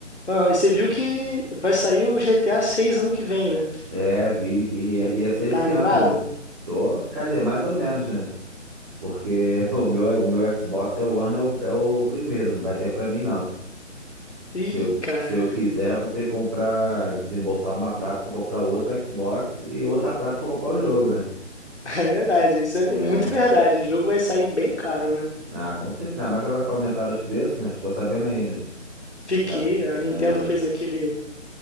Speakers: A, on the left; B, on the right.
A: Hã, e você viu que vai sair o GTA 6 ano que vem, né?
B: É, vi, vi. Ia, ia ser esse
A: Tá animado?
B: ano, né? Tô, quer dizer, mais ou menos, né? Porque <laughs> o meu, é- o meu Xbox é o One, é o, é o primeiro, não vai ter pra mim, não. Se
A: Ih,
B: eu,
A: cara,
B: se eu quiser, eu vou ter que comprar, desembolsar uma prata pra comprar outra Xbox e outra prata pra comprar o jogo, né?
A: <laughs> é verdade, isso é
B: É.
A: é muito verdade. O jogo vai sair bem caro, né?
B: Ah, com certeza. Mas agora que aumentaram os preços, né? Tu Ficou sabendo aí, né?
A: Fiquei,
B: Já.
A: a Nintendo
B: É,
A: fez aquele,